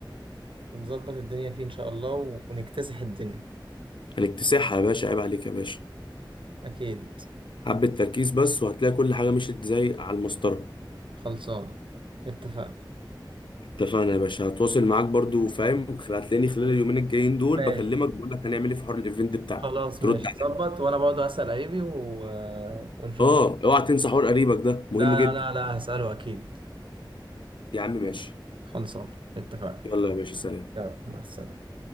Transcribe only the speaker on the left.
هنكتسحها يا باشا عيب عليك يا باشا
حبة تركيز بس وهتلاقي كل حاجة مشيت زي على المسطرة
اتفقنا يا باشا هتواصل معاك برضو فاهم خل- هتلاقيني خلال اليومين الجايين دول
بكلمك بقول لك هنعمل ايه في حوار الايفنت بتاعنا
ترد
عليا
اه اوعى تنسى حوار قريبك ده مهم
جدا
يا عم ماشي
يلا يا باشا سلام